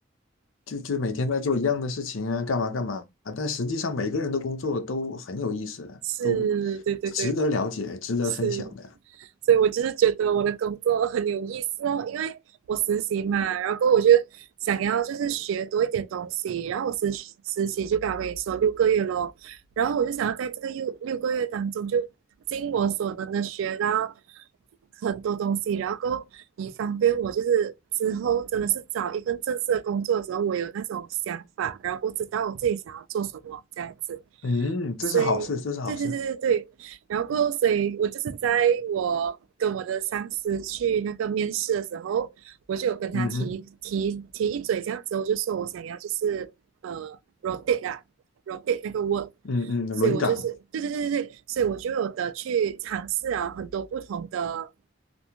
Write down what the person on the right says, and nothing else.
<laughs> 是，
对对对，
是，所以我就是觉得我的工作很有意思哦，因为我实习嘛，然后过后我就想要就是学多一点东西，然后我实实习就刚刚跟你说六个月咯，然后我就想要在这个六六个月当中就尽我所能的学到很多东西，然后够以方便我就是之后真的是找一份正式的工作的时候，我有那种想法，然后不知道我自己想要做什么这样子，
所以对对对对对，
然后过所以我就是在我跟我的上司去那个面试的时候，我就有跟他提提提一嘴这样子，
我就说我想要就是呃 rotate 啊 rotate 那个 work。
所以我就是对对对对对，
所以我就有的去尝试啊很多不同的